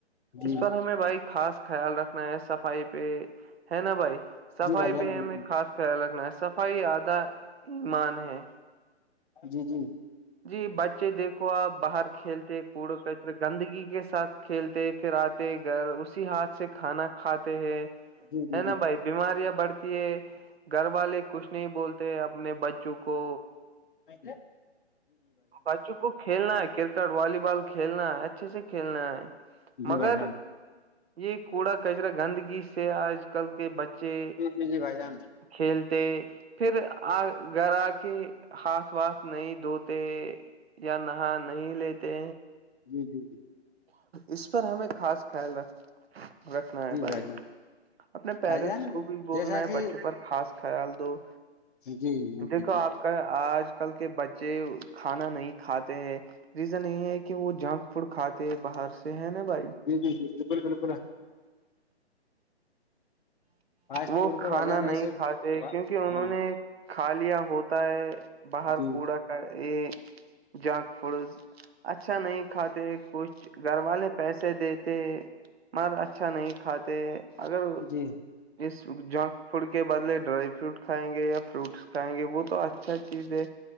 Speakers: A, on the right (about 65°); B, on the left (about 50°).
A: اس
B: جی
A: پر ہمیں بھائی خاص خیال رکھنا ہے صفائی پہ ہے نا بھائی صفائی
B: جی بھائی جان
A: پہ
B: بالکل
A: ہمیں خاص خیال رکھنا ہے صفائی آدھا ایمان ہے
B: جی جی
A: جی بچے دیکھو آپ باہر کھیلتے کوڑے کچرے گندگی کے ساتھ کھیلتے پھر آتے گھر اسی ہاتھ سے کھانا کھاتے ہیں
B: جی
A: ہے
B: جی
A: نا بھائی بیماریاں بڑھتی ہے گھر والے کچھ نہیں بولتے اپنے بچوں کو
B: سے
A: بچوں کو کھیلنا ہے کرکٹ والی بال کھیلنا ہے اچھے سے کھیلنا ہے
B: جی
A: مگر
B: بھائی جان
A: یہ کوڑا کچرا گندگی سے آج کل کے بچے
B: جی جی جی بھائی جان
A: کھیلتے پھر آ گھر آ کے ہاتھ سواسھ نہیں دھوتے یا نہا نہیں لیتے
B: جی جی جی
A: اس پر ہمیں خاص خیال رکھ رکھنا ہے
B: جی
A: بھائی
B: جان
A: اپنے پیرنٹس
B: بھائی جان
A: کو بھی بولنا
B: جیسا
A: ہے
B: کہ
A: بچوں پر خاص خیال دو
B: جی جی
A: دیکھو
B: جی
A: آپ
B: جی
A: آج کل کے بچے کھانا نہیں کھاتے ہیں ریزن یہ ہے کہ وہ جنک فوڈ کھاتے باہر سے ہے نا بھائی
B: جی جی جی بالکل بالکل فاسٹ
A: وہ
B: فوڈ
A: کھانا
B: تو بھائی جان ایسے
A: نہیں کھاتے کیونکہ انہوں
B: ہاں
A: نے کھا لیا ہوتا ہے باہر
B: جی
A: کوڑا کا یہ جنک ف اچھا نہیں کھاتے کچھ گھر والے پیسے دیتے مگر اچھا نہیں کھاتے اگر
B: جی
A: اس جنک فوڈ کے بدلے ڈرائی فروٹ کھائیں گے یا فروٹس کھائیں گے وہ تو اچھا چیز ہے